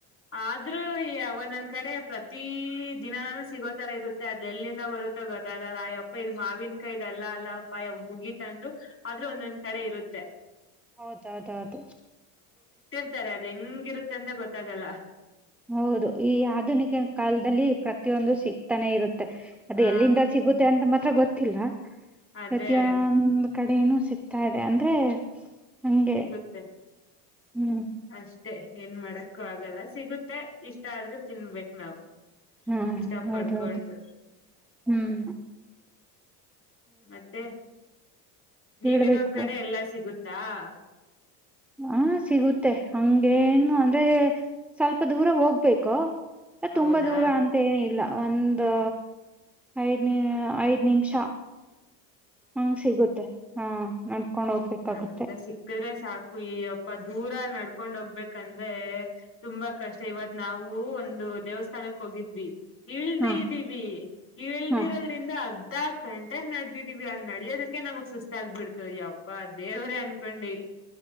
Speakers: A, on the left (about 25°); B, in the centre.
A: ಆದ್ರೂ ಅವ ನನ್ ಕಡೆ ಪ್ರತಿ ದಿನಾನೂ ಸಿಗೋತರ ಇರುತ್ತೆ ಅದಲ್ಲಿಂದ ಬರುತ್ತೆ ಗೊತ್ತಾಗಲ್ಲ ಅಯ್ಯಪ್ಪ ಇದ್ ಮಾವಿನನ್ಕಾಯ ಧು ಇದಲ್ಲ ಅಲ್ಲ ಅಪ್ಪ ಗೀತ ಅಂದ್ರು ಆದ್ರೂ ಒಂದೊಂದ್ ಕಡೆ ಇರುತ್ತೆ
B: ಹೌದೌದೌದು
A: ಇತಾರೆ ಅದ ಹೆಂಗಿರುತ್ತ ಅಂತ ಗೊತ್ತಾಗಲ್ಲ
B: ಹೌದು ಈ ಆಧುನಿಕ ಕಾಲದಲ್ಲಿ ಪ್ರತಿಯೊಂದು ಸಿಗ್ತಾನೆ ಇರುತ್ತೆ ಅದು
A: ಆ
B: ಎಲ್ಲಿಂದ ಸಿಗುತ್ತೆ ಅಂತ ಮಾತ್ರ ಗೊತ್ತಿಲ್ಲ
A: ಅದೇ
B: ಪ್ರತಿಯೊಂದು ಕಡೆನೂ ಸಿಗ್ತಾ ಇದೆ ಅಂದ್ರೆ ಹಂಗೆ
A: ಸಿಗುತ್ತೆ
B: ಹ್ಮ್
A: ಅಷ್ಟೆ ಏನ್ ಮಾಡಕ್ಕು ಆಗಲ್ಲ ಸಿಗುತ್ತೆ ಇಷ್ಟ ಆದ್ರೂ ತಿನ್ಬೇಕು ನಾವವು
B: ಹಾ
A: ಇಷ್ಟಪಡ್ಕೊಂಡ
B: ಹೌದೌದು ಹ್ಮ್
A: ಮತ್ತೆ ನೀವಿರೋ
B: ಹೇಳ್ಬೇಕು.
A: ಕಡೆ ಎಲ್ಲಾ ಸಿಗುತ್ತೆ ಹಾ
B: ಹಾ ಸಿಗುತ್ತೆ ಹಂಗೇನು ಅಂದ್ರೆ ಸ್ವಲ್ಪ ದೂರ ಹೋಗ್ಬೇಕು
A: ಹೌದಾ
B: ತುಂಬಾ ದೂರ ಅಂತೇಏನ ಇಲ್ಲ ಒಂದು ಐದ ನಿ ಐದ್ ನಿಮಿಷ ಹಂಗ ಸಿಗುತ್ತೆ ಹಾ ನಡ್ಕೊಂಡ್ ಹೋಗ್ಬೇಕಾಗುತ್ತೆ
A: ಇಂದ್ರೆ ಸಿಕ್ಕದ್ರೆ ಸಾಕು ಅಪ್ಪ ದೂರ ನಡ್ಕೊಂಡ್ ಹೋಗ್ಬೇಕಂದ್ರೆ ತುಂಬಾ ಕಷ್ಟ ಇವತ್ ನಾವು ಹ ಒಂದು ದೇವಸ್ಥಾನಕ್ಕೆ ಹೋಗಿದ್ವಿ ಇಳ್ದ್ದೀವಿ
B: ಹಾ
A: ಇಳ್ದಿರೋದ್ರಿಂದ
B: ಹಾ
A: ಅರ್ ಕಂಟೆ ನಡದಿದೀವಿ ಅನ್ ನಡಿಯೋದಕ್ಕೆ ನಮ್ಗ್ ಸಸ್ತ ಆಗ್ಬಿಡ್ತದೆ ಯಾವ ಅಪ್ಪ ದೇವ್ರೇ ಅನ್ಕೊಂಡಿ